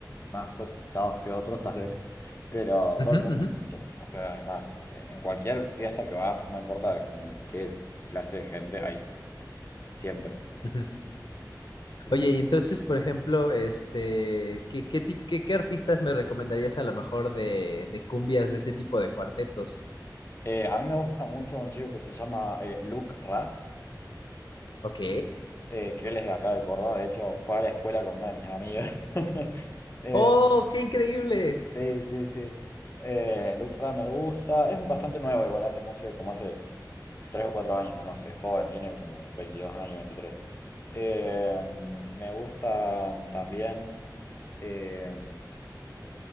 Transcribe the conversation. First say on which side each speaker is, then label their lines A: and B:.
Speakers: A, on the left; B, on the left.
A: más cotizados que otros tal vez, pero
B: ujú,
A: todo el mundo
B: ujú,
A: escucha. O sea, es más, eh, en cualquier fiesta que vas, no importa como de qué clase de gente hay, siempre.
B: ujú.
A: Así
B: Oye,
A: que,
B: y entonces, por ejemplo, este, ¿qué, qué, ti- qué, qué artistas me recomendarías a lo mejor de, de cumbias de ese tipo de cuartetos?
A: eh, a mí me gusta mucho un chico que se llama eh, Luke Ra,
B: Ok.
A: eh, que él es de acá de Córdoba, de hecho fue a la escuela con una de mis amigas. <laughs> Eh,
B: ¡Oh, qué increíble!
A: sí, sí, sí. Eh, Luke Ra me gusta, es bastante nuevo, igual hace música como hace Tres o cuatro años nomás, es joven, tiene como 22 años, veintitrés Eh, me gusta también, eh,